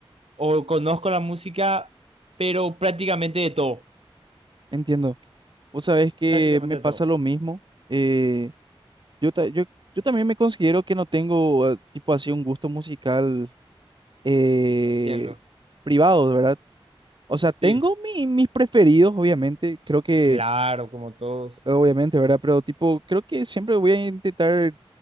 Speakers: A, on the right; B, on the right.
A: o conozco la música, pero prácticamente de todo.
B: Entiendo. Vos sabés que
A: Prácticamente
B: me
A: de
B: pasa
A: todo.
B: lo mismo. eh, yo, ta- yo, yo también me considero que no tengo, eh, tipo así, un gusto musical eh,
A: Entiendo.
B: privado, ¿verdad? O sea, tengo
A: Sí,
B: mi- mis preferidos, obviamente. Creo que,
A: claro, como todos.
B: obviamente, ¿verdad? Pero tipo, creo que siempre voy a intentar